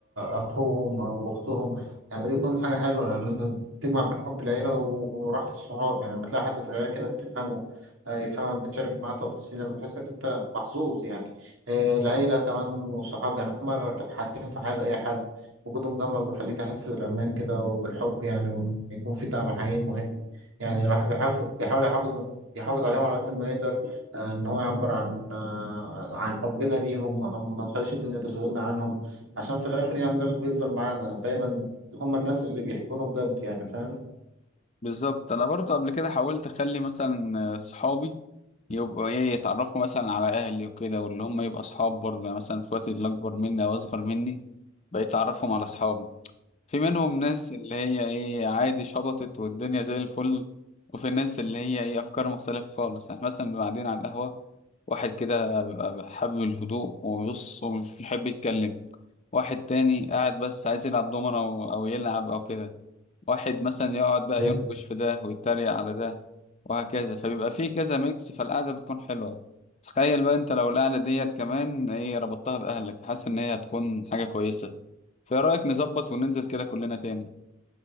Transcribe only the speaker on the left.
بالظبط انا برضه قبل كده حاولت اخلي مثلا صحابي يبقوا ايه يتعرفوا مثلا على اهلي وكده واللي هم يبقى اصحاب برضه يعني مثلا اخواتي اللي اكبر مني او اصغر مني بقيت اعرفهم على اصحابي في منهم ناس اللي هي ايه عادي شبطت والدنيا زي الفل وفي الناس اللي هي ايه افكار مختلفة خالص احنا مثلا بنبقى قاعدين على القهوة واحد كده بيبقى حابب الهدوء وبيبص ومش بيحب يتكلم واحد تاني قاعد بس عايز يلعب دومنة او أو يلعب او كده واحد مثلا يقعد بقى
ينقش في ده ويتريق على ده وهكذا فبيبقى فيه كذا ميكس فالقعدة بتكون حلوة تخيل بقى انت لو القعدة ديت كمان ايه ربطتها بأهلك حاسس ان هي هتكون حاجة كويسة فايه رأيك نظبط وننزل كده كلنا تاني